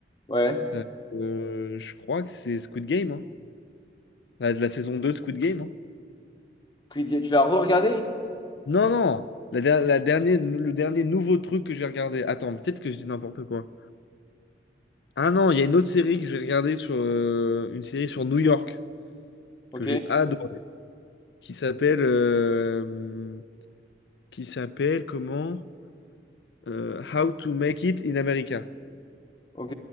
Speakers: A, on the left; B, on the left.
A: Ouais.
B: Euh, euh, je crois que c'est Squid Game, hein. La, la saison 2 de Squid Game, hein.
A: Creed, tu l'as re-regardé?
B: Non, non, la, der- la dernière, le dernier nouveau truc que j'ai regardé. Attends, peut-être que je dis n'importe quoi. Ah non, il y a une autre série que j'ai regardée sur euh, une série sur New York
A: Ok.
B: que j'ai adorée, qui s'appelle euh, qui s'appelle comment? Euh, How to Make It in America.
A: Ok.